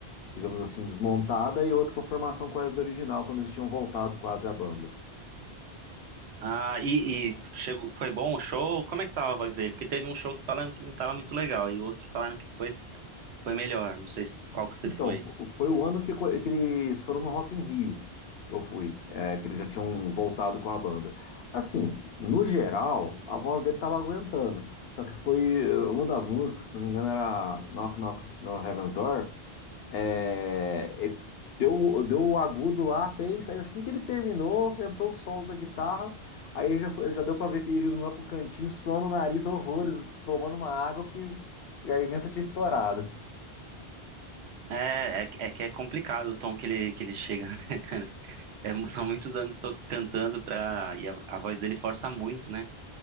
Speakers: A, on the left; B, on the right.
A: digamos assim, desmontada e outro com a formação quase original, quando eles tinham voltado quase à banda.
B: Ah, e, e chegou, foi bom o show? Como é que tava a voz dele? Porque teve um show que falaram que não tava muito legal e outro falaram que foi, foi melhor. Não sei se- qual que você
A: Então,
B: foi.
A: fo- foi o ano que, co- que eles foram no Rock in Rio, que eu fui, é, que eles já tinham voltado com a banda. Assim, no geral, a voz dele tava aguentando. Só que foi eh, uma das músicas, se não me engano, era Knock Knock no Heaven's Door. É, ele deu, deu o agudo lá, fez. Aí assim que ele terminou, entrou o solo da guitarra. Aí já, foi- já deu pra ver que ele não ia pro cantinho, sono, nariz, horrores, tomando uma água, porque a garganta tinha estourado.
B: É, é, que é que é complicado o tom que ele, que ele chega, <laughs> né, cara? É, são muitos anos que tô cantando pra. E a, a voz dele força muito, né?